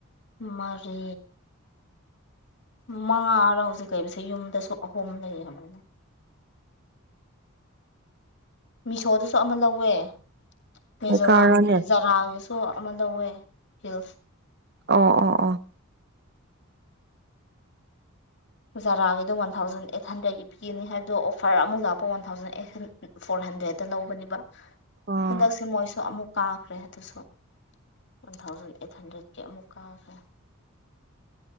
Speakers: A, on the left; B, on the right.
A: ꯃꯔꯤ ꯃꯉꯥꯔ ꯍꯧꯖꯤꯛ ꯂꯩꯕꯁꯦ ꯌꯨꯝꯗꯁꯨ ꯑꯍꯨꯝ ꯂꯩꯌꯦꯕ ꯃꯤꯁꯣꯗꯁꯨ ꯑꯃ ꯂꯧꯋꯦ ꯃꯤꯖꯣꯔꯥꯝꯒꯤ
B: ꯀꯥꯔꯣꯅꯦ
A: ꯖꯥꯔꯥꯒꯤꯁꯨ ꯁꯣ ꯑꯃ ꯂꯧꯋꯦ ꯍꯤꯜꯁ
B: ꯑꯣ ꯑꯣ ꯑꯣ
A: ꯖꯥꯔꯥꯒꯤꯗꯣ ꯋꯥꯟ ꯊꯥꯎꯖꯟ ꯑꯩꯠ ꯍꯟꯗ꯭ꯔꯦꯠꯀꯤ ꯄꯤꯅꯤ ꯍꯥꯏꯕꯗꯣ ꯑꯣꯐꯔ ꯑꯃꯨꯛ ꯂꯥꯛꯄ ꯋꯥꯟ ꯊꯥꯎꯖꯟ ꯑꯩꯠ ꯍ ꯐꯣꯔ ꯍꯟꯗ꯭ꯔꯦꯗꯠꯇ ꯂꯧꯕꯅꯦꯕ
B: ꯑꯣ
A: ꯍꯟꯗꯛꯁꯦ ꯃꯣꯏꯁꯨ ꯑꯃꯨꯛ ꯀꯥꯈ꯭ꯔꯦ ꯑꯗꯨꯁꯨ ꯋꯥꯟ ꯊꯥꯎꯖꯟ ꯑꯩꯠ ꯍꯟꯗ꯭ꯔꯦꯗꯀꯤ ꯑꯃꯨꯛ ꯀꯥꯈ꯭ꯔꯦ